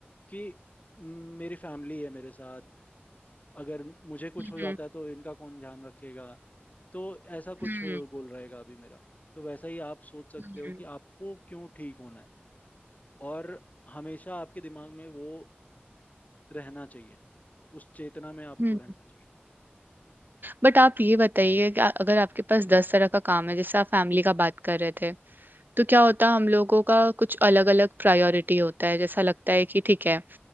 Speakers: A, on the left; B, on the right.
A: कि म, मेरी फैमिली है मेरे साथ अगर मुझे कुछ
B: हम्म
A: हो जाता है तो इनका कौन ध्यान रखेगा तो ऐसा कुछ
B: हम्म
A: गोल रहेगा अभी मेरा तो वैसा ही आप सोच सकते
B: हम्म
A: हो कि आपको क्यों ठीक होना है और हमेशा आपके दिमाग में वो रहना चाहिए उस चेतना में आपको
B: हम्म हम्म।
A: रहना चाहिए
B: बट आप ये बताइए कि अगर आपके पास दस तरह का काम है जैसे आप फैमिली का बात कर रहे थे तो क्या होता है हम लोगों का कुछ अलग अलग प्रायोरिटी होता है जैसा लगता है कि ठीक है